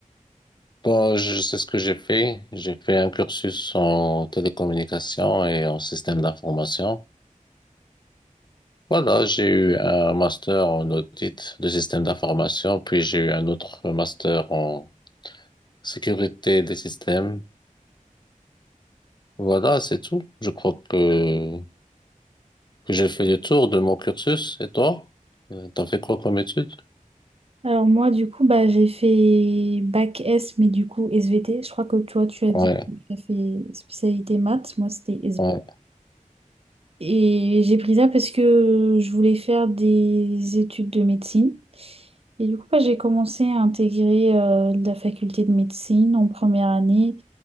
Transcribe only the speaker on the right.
Alors moi, du coup, bah j'ai fait bac S, mais du coup SVT. Je crois que toi, tu as
dit que tu as fait spécialité maths. Moi, c'était
Et j'ai pris ça parce que je voulais faire des études de médecine. Et du coup, bah, j'ai commencé à intégrer euh, la faculté de médecine en première année.